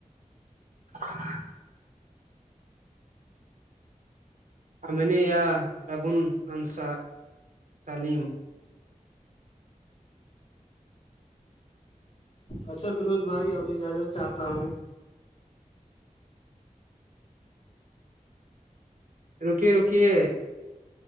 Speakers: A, on the right; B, on the left.
A: ہاں امن یا ربون انصا سلیم
B: اچھا فیروز بھائی ابھی اجازت چاہتا ہوں
A: رکیے رکیے